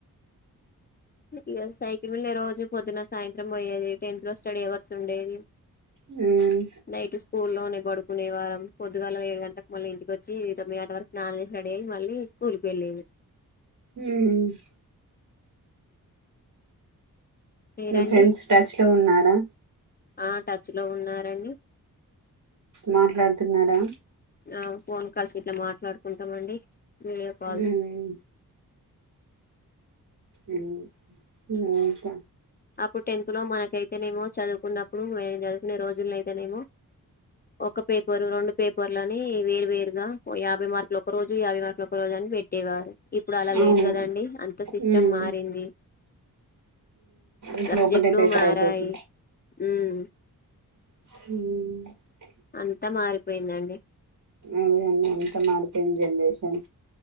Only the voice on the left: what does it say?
ఇగ సైకిల్ మింద రోజు పొద్దున సాయంత్రం పోయ్యేది టెన్త్ లో స్టడీ అవర్స్ ఉండేది
నైట్ స్కూల్లోనే పడుకునే వారం పొద్దుగల ఏడు గంటకి మళ్ళీ ఇంటిక వచ్చి తొమ్మిది గంట వరకు స్నానం చేసి రెడి అయి మళ్ళీ స్కూల్కి వెళ్ళేది
మీరండి
ఆ టచ్ లో ఉన్నారండి
ఆ ఫోన్ కాల్స్ ఇట్లా మాట్లాడు కుంటమండి వీడియో కాల్స్
అప్పుడు టెన్త్ లో మనకైతేనేమో చదువుకున్నప్పుడుమేం చదువుకునే రోజుల్లో అయితేనేమో ఒక పేప రెండు పేపర్లని వేరు వేరుగా యాభై మార్కులు ఒక రోజు యాభై మార్కులు ఒక రోజు అని పెట్టేవారు ఇప్పుడు అలా లేదు
కదండి అంత సిస్టమ్
మారింది
సబ్జెక్టులు
మారాయి
ఉమ్
అంతా మారిపోయిందండి